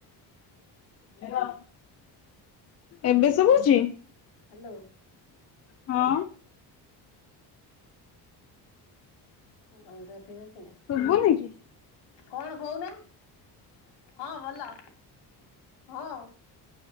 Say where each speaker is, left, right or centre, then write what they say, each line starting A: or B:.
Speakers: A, on the left; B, on the left.
A: ହେ ଏବେ ଶୁବୁଛି।
B: ହ୍ୟାଲୋ।
A: ହଁ।
B: ତମ ଦେହ ଠିକ ଅଛି ନା
A: ଶୁଭୁନି କି?
B: କଣ କହୁନା? ହଁ ଭଲ ହଁ।